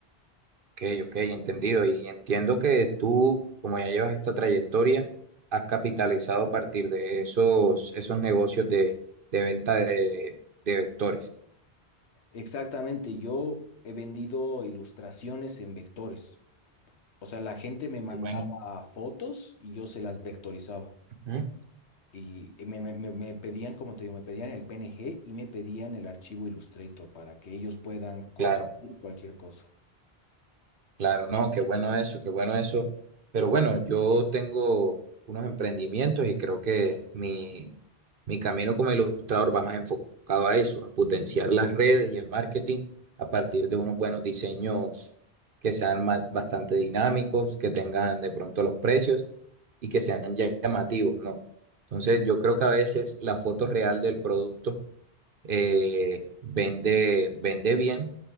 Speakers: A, on the right; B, on the left.
A: Ok, ok, entendido. Y entiendo que tú, como ya llevas esta trayectoria, has capitalizado a partir de esos, esos negocios de, de venta de, de vectores.
B: Exactamente, yo he vendido ilustraciones en vectores. O sea, la gente me mandaba
A: Qué bueno.
B: fotos y yo se las vectorizaba.
A: Ujú.
B: Y me, me- me- me pedían, como te digo, me pedían el PNG y me pedían el archivo Illustrator para que ellos puedan corregir
A: Claro,
B: cualquier cosa.
A: claro, no, qué bueno eso, qué bueno eso. Pero bueno, yo tengo unos emprendimientos y creo que mi, Mi camino como ilustrador va más enfocado a eso, a potenciar las redes y el marketing a partir de unos buenos diseños que sean ma- bastante dinámicos, que tengan de pronto los precios y que sean ya- llamativos, ¿no? Entonces, yo creo que a veces la foto real del producto eh, vende, vende bien,